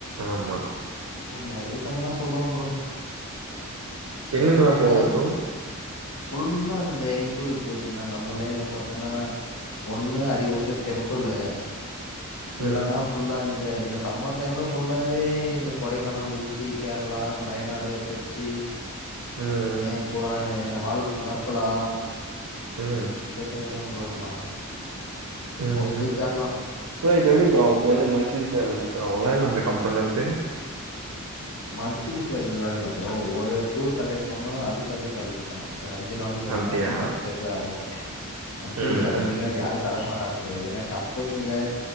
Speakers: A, on the right; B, on the left.
A: ஆமா
B: நெறைய கதல்லா சொல்லுவான் ப்ரோ
A: எங்கெங்கெல்லா
B: என்ன ஒண்ணு
A: போவாங்க ப்ரோ
B: ஃபுல்லா இந்த எங்க டூரிஸ்ட் பிளேஸ் இருந்தா நம்ம லைன்ல பார்த்தன்னா ஒண்ணு அதிகபட்ச டெம்பிள்ளு இல்லனா
A: ம்
B: ஃபுல்லா இந்த இந்த சம்மர் டைம்ல ஃபுல்லாவே இந்த கொடைக்கானல் ஊட்டி கேர்ளா வயநாடு கொச்சி
A: ம்
B: ஏ கோ வால் வர்க்கலா
A: ம்
B: இந்த சைடு தா ப்ரோ எல்லா
A: ம்
B: மோஸ்ட்லி கேரளா
A: ப்ரோ இப்ப எப்டி ப்ரோ உங்க வந்து மந்த்லி சேல்ரி தருவாங்ளா இல்ல அந்த கம்பன்லருந்து
B: மந்த்லி சேல்ரிலா இல்ல ப்ரோ ஒரு டூர் கண்டக்ட் பண்ணா அதுக்கேத்த சேல்ரி தா இப்ப அஞ்சு நாள் ஏழு
A: அப்டியா
B: நாள்னா அதுக்கேத்த அமௌண்ட் தா மந்திலி
A: ம்
B: சேலரினா யாரு தர மாட்டாங்க ப்ரோ இது என்ன கம்பெனில